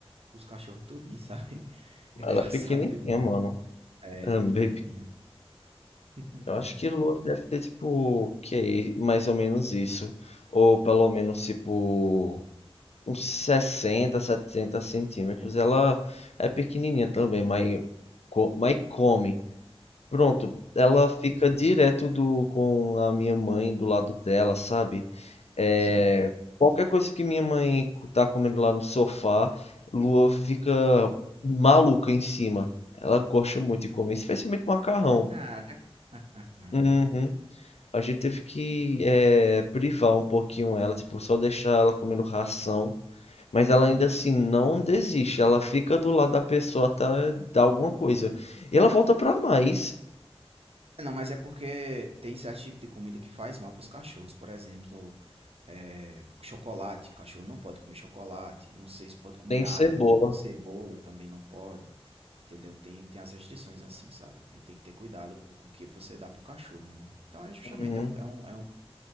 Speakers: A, on the right; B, on the left.
A: com os cachorros tudinho, sabe? <laughs> É
B: Ela
A: engraçado
B: é pequenininha,
A: demais.
B: mano.
A: É,
B: É
A: bem
B: bem
A: pequenininha.
B: pe-
A: <laughs>
B: Eu acho que Lua deve ter, tipo, que é mais ou menos isso. Ou pelo menos, tipo, uns 60, 70 centímetros. Ela é pequenininha também, mas, co- mas come. Pronto, ela fica direto do, com a minha mãe do lado dela, sabe? É,
A: Sim.
B: qualquer coisa que minha mãe tá comendo lá no sofá, Lua fica maluca em cima. Ela gosta muito de comer, especialmente macarrão.
A: É danada. Ah.
B: Uhum. A gente teve que é, privar um pouquinho ela, tipo, só deixar ela comendo ração. Mas ela ainda assim não desiste, ela fica do lado da pessoa até dar alguma coisa. E ela volta pra mais.
A: É, Não, mas é porque tem certo tipo de comida que faz mal para os cachorros. Por exemplo, é, chocolate. Cachorro não pode comer chocolate. Não sei se pode comer
B: Tem
A: alho.
B: cebola.
A: Cebola também não pode. Entendeu? Tem, tem as restrições assim, sabe? Aí tem que ter cuidado com o que você dá pro cachorro, né? Então é justamente,
B: Uhum.
A: é um, é um, é um-